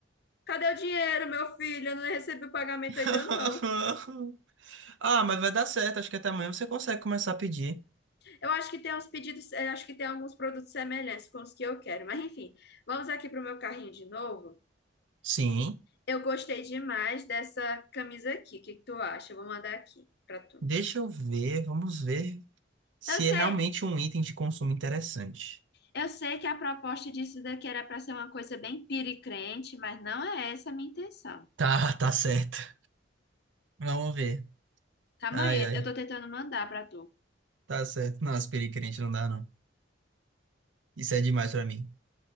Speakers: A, on the left; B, on the right.
A: Cadê o dinheiro, meu filho? Eu não recebi o pagamento
B: <laughs>
A: ainda, não.
B: Ah, mas vai dar certo. Acho que até amanhã você consegue começar a pedir.
A: Eu acho que tem uns pedidos, eh, acho que tem alguns produtos semelhantes com os que eu quero, mas enfim, vamos aqui pro meu carrinho de novo.
B: Sim.
A: Eu gostei demais dessa camisa aqui, o que que tu acha? Eu vou mandar aqui pra tu.
B: Deixa eu ver. Vamos ver se
A: Eu sei,
B: é realmente um item de consumo interessante.
A: Eu sei que a proposta disso daqui era para ser uma coisa bem piricrente, mas não é essa a minha intenção.
B: Tá, tá certo. Vamos ver.
A: Calma
B: Ai,
A: aí,
B: ai.
A: eu tô tentando mandar para tu.
B: Tá certo. Não, aspirei crente não dá, não. Isso é demais pra mim.